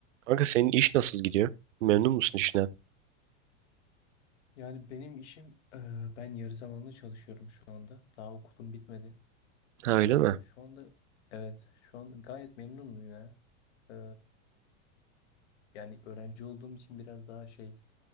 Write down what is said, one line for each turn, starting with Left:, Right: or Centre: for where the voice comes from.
Right: Kanka senin iş nasıl gidiyor? Memnun musun işine?
Left: Yani benim işim, e, ben yarı zamanlı çalışıyorum şu anda. Daha okulum bitmedi.
Right: Ha
Left: E,
Right: öyle mi?
Left: şu anda, evet, şu anda gayet memnunum ya. E, yani öğrenci olduğum için biraz daha şey,